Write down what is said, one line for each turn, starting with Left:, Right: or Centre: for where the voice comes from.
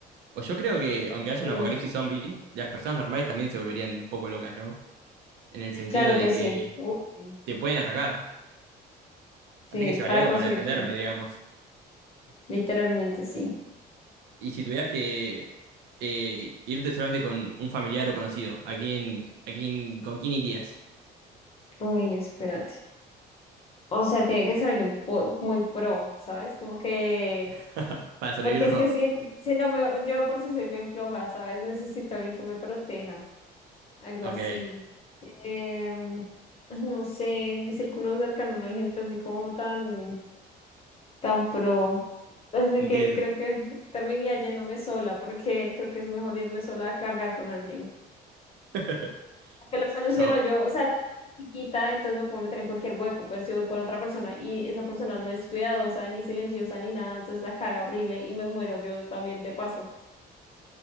Right: O yo creo que, aunque haya
Left: Sí,
Right: un apocalipsis zombie, las personas normales también se volverían un poco locas, ¿no? En el sentido
Left: claro
Right: de
Left: que sí.
Right: que
Left: Uf, sí.
Right: te pueden atacar.
Left: Sí,
Right: Así que llevaría
Left: para
Right: algo
Left: conseguir,
Right: para defenderme,
Left: sí.
Right: digamos.
Left: Literalmente sí.
Right: Y si tuvieras que eh, irte solamente con un familiar o conocido, ¿a quién, a quién, con quién irías?
Left: Uy, espérate. O sea, tiene que ser alguien po- muy pro, ¿sabes? Como que,
Right: <laughs> Para sobrevivir
Left: porque
Right: los
Left: es
Right: dos.
Left: que si, si no me, yo por si soy bien floja, ¿sabes? Necesito a alguien que me proteja, algo
Right: Ok,
Left: así. Em, ay, no sé, en mi círculo cercano no hay gente así como tan tan pro. Así
Right: entiendo.
Left: que creo que terminaría yéndome sola, porque creo que es mejor irme sola a cargar con alguien.
Right: <laughs>
Left: Porque lo soluciono
Right: Yo.
Left: yo, o sea, sabes, desde chiquita, entonces me puedo meter en cualquier hueco, pero si voy con otra persona y esa persona no es cuidadosa, ni silenciosa, ni nada, entonces la caga horrible y me muero yo también de paso.